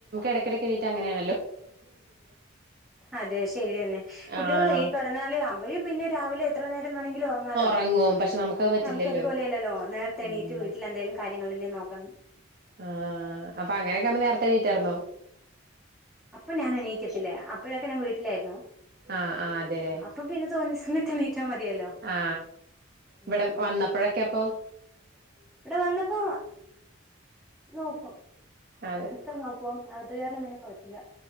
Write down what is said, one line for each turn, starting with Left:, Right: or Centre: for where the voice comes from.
Right: ഇട കിടിക്കിട്ട അങ്ങനാണ്
Centre: അതെ ശരിതന്നെ കുട്ടികൾ
Right: ആഹ്
Centre: വൈക കടന്നാല അവഴ പിന്നെ രാവിലെ എത്ര നേരം <unintelligible> ഉറങ്ങാലോ
Right: ഉറങ്ങും പക്ഷെ നമുക്കത് പറ്റില്ലല്ലോ
Centre: നമക്കത്പലെയല്ലല്ലോ നേരത്തെ എണീട്ട്
Right: ഉം
Centre: വീട്ടിൽ എന്തങ്കലും കാര്യങ്ങളണ്ടെ നോ <unintelligible>
Right: ആ അപ്പൊ അങ്ങനൊക്കെ നേരത്തെണീറ്റിടുന്നു
Centre: അപ്പൊ ഞാൻ എണീക്കത്തില്ല അപ്പോഴൊക്കെ ഞാൻ വീട്ടിലായിരുന്നു
Right: ആ ആ അതെരെ
Centre: അപ്പൊ പിന്നെ തോന്നിയ സമയത്ത് എണീറ്റാ മതിയല്ലോ
Right: ആ
Centre: ഉം
Right: ഇവിടെ വന്നപ്പോഴൊക്കെ എപ്പൊ
Centre: ഇവിടെ വന്നപ്പോ നോക്കും
Right: അതെ
Centre: ഒക്കെ നോക്കും അത് കാരണം പിന്നെ കുഴപ്പമില്ല